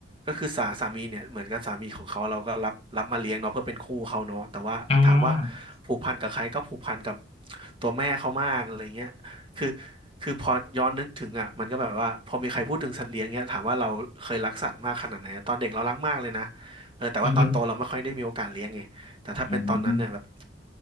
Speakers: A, on the right (about 25°); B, on the left (about 30°).
A: ก็คือสาสามีเนี่ยเหมือนกับสามีของเขาเราก็รับรับมาเลี้ยงเนาะเพื่อเป็นคู่เขาเนาะแต่ว่าถามว่า
B: อ่า
A: ผูกพันกับใครก็ผูกพันกับตัวแม่เขามากอะไรเงี้ยคือคือพอย้อนนึกถึงอ่ะมันก็แบบว่าพอมีใครพูดถึงสัตว์เลี้ยงเงี้ยถามว่าเราเคยรักสัตว์มากขนาดไหนตอนเด็กเรารักมากเลยนะ เออแต่ว่าตอนโตเราไม่ค่อยได้มีโอกาสเลี้ยงไงแต่ถ้าเป็นตอนนั้นเนี่ยแบบ
B: อืมอืม